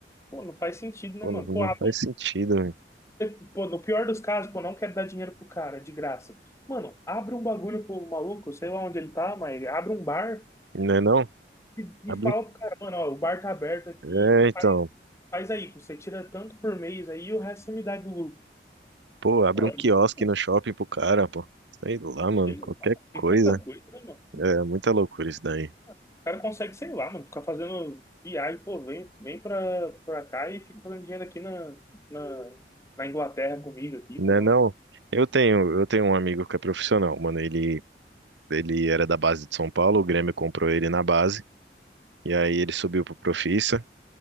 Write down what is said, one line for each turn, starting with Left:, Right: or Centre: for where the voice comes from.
Left: pô, não faz sentido, né,
Right: Pô,
Left: mano?
Right: não,
Left: Pô,
Right: não
Left: abre
Right: faz sentido, né?
Left: um- pô, no pior dos casos, pô, não quero dar dinheiro pro cara, de graça. Mano, abre um bagulho pro maluco, sei lá onde ele tá, mas abre um bar,
Right: Não é não?
Left: E, e
Right: Abre
Left: fala
Right: um...
Left: pro cara, mano, ó, o bar tá aberto aqui,
Right: É, então.
Left: faz, faz aí, você tira tanto por mês aí e o resto você me dá do lucro.
Right: Pô, abre
Left: Pô,
Right: um
Left: é
Right: quiosque
Left: muito bom.
Right: no shopping pro cara, pô. Sei lá, mano,
Left: Tem,
Right: qualquer coisa.
Left: tem tanta coisa, né, mano?
Right: É muita loucura isso daí.
Left: O cara consegue, sei lá, mano, ficar fazendo viagem, pô, vem, vem pra, pra cá e fica fazendo dinheiro aqui na, na, na Inglaterra comigo aqui,
Right: Né,
Left: fazendo.
Right: não? Eu tenho, eu tenho um amigo que é profissional, mano. Ele, ele era da base de São Paulo, o Grêmio comprou ele na base. E aí ele subiu pro Profissa.